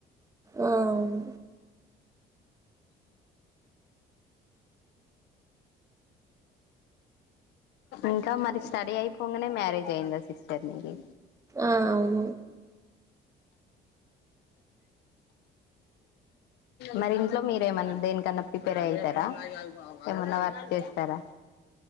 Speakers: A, on the right; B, on the left.
A: ఆ అవును
B: ఇంకా మరి స్టడీ అయిపోగానే మ్యారేజ్ అయిందా సిస్టర్ మీకు
A: ఆ అవును
B: మరి ఇంట్లో మీరేమన్నా దేనికన్నా ప్రిపేర్ అయితారా ఏమన్నా వర్క్ చేస్తారా